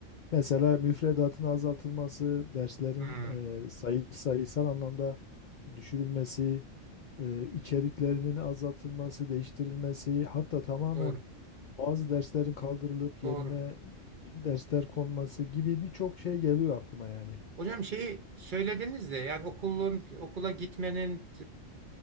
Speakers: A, on the left; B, on the right.
A: Mesela müfredatın azaltılması, derslerin
B: Hmm,
A: e, sayı sayısal anlamda düşürülmesi, e, içeriklerinin azaltılması, değiştirilmesi, hatta tamamen
B: doğru,
A: bazı derslerin kaldırılıp
B: doğru.
A: yerine yeni dersler konması gibi birçok şey geliyor aklıma yani.
B: Hocam şeyi söylediniz de yani okulun okula gitmenin